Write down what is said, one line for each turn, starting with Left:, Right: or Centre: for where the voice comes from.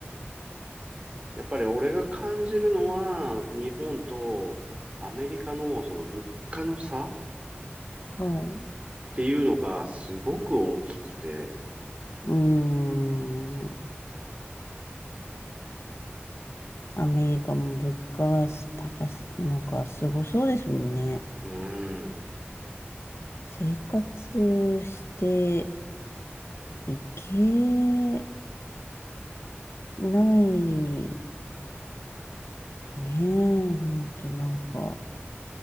Right: やっぱり俺が感じるのは、日本とアメリカのその物価の差っ
Left: はい。
Right: ていうのがすごく大きくて、
Left: うーん。アメリカも物価は高す、なんかすごそうですもんね。
Right: うん。
Left: 生活していけない、ねえ、ほんとなんか、